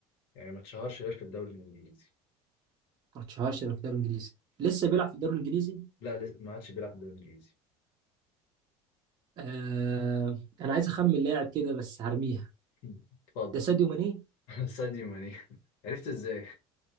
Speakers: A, on the left (about 70°); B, on the right (about 30°).
A: يعني ما اتشهرش غير في الدوري الإنجليزي
B: ما تشهرش إنه في الدوري الانجليزي لسه بيلعب في الدوري الانجليزي
A: لا لسه ما عادش بيلعب في الدوري الإنجليزي
B: آه انا عايز اخمن لاعب كده بس هرميها
A: <laughs> اتفضل
B: ده ساديو ماني
A: <laughs> ساديو ماني عرفت ازاي